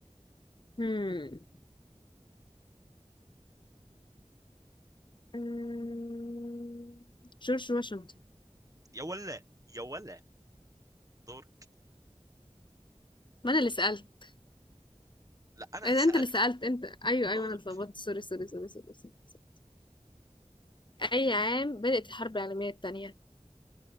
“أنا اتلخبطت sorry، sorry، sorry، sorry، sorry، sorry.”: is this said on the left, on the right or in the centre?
Left